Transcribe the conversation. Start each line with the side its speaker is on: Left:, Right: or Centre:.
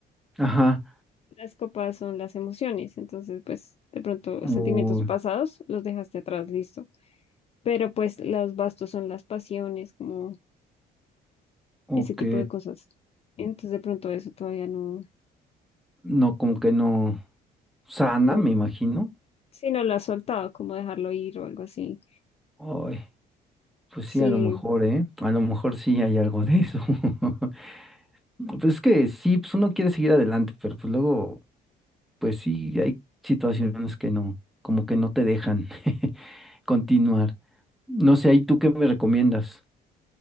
Centre: Ajá,
Left: Las copas son las emociones, entonces pues de pronto
Centre: uy,
Left: sentimientos pasados los dejaste atrás, listo. Pero pues los bastos son las pasiones, como
Centre: ok.
Left: ese tipo de cosas. Entonces de pronto eso todavía no,
Centre: No, como que no sana,
Left: no,
Centre: me imagino.
Left: sí, no lo has soltado, como dejarlo ir o algo así.
Centre: Ay, pues
Left: Sí,
Centre: sí, a lo mejor, ¿eh? A lo mejor sí hay algo de eso. <laughs> Pues es que sí, pues uno quiere seguir adelante, pero pues luego, pues sí, hay situaciones que no, como que no te dejan <laughs> continuar. No sé, ahí tú qué me recomiendas.